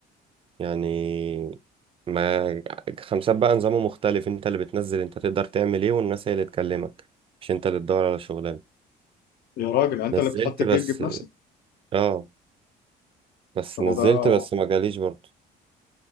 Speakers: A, on the right; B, on the left.
A: يعني ما خمسات بقى نظامه مختلف انت اللي بتنزل انت تقدر تعمل ايه والناس هي اللي تكلمك مش انت اللي تدور على شغلانه
B: يا راجل انت
A: نزلت
B: اللي بتحط الجيج
A: بس
B: بنفسك
A: اه بس
B: طب
A: نزلت
B: وده
A: بس ما جاليش برضه